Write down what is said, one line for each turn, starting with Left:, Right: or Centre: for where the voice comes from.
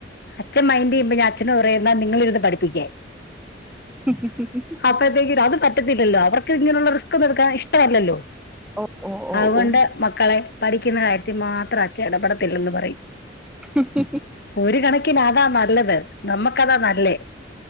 Left: അച്ഛൻ മൈൻഡ് ചെയ്യുമ്പോ ഞാനച്ഛനോട് പറയും നിങ്ങളിരുന്ന് പഠിപ്പിക്കാൻ
Centre: <unintelligible>
Left: അപ്പോഴത്തേക്കും അത് പറ്റത്തില്ലല്ലോ അവർക്ക് ഇങ്ങനെയുള്ള റിസ്ക് ഒന്നും എടുക്കാൻ ഇഷ്ടമല്ലല്ലോ
Centre: ഓ ഓ ഓ
Left: അതുകൊണ്ട്
Centre: ഓ
Left: മക്കളെ പഠിക്കുന്ന കാര്യത്തിൽ മാത്രം അച്ഛൻ ഇടപെടത്തില്ലെന്ന് പറയും
Centre: <inaudible>
Left: ഒരു കണക്കിന് അതാ നല്ലത് നമ്മക്കതാ നല്ലേ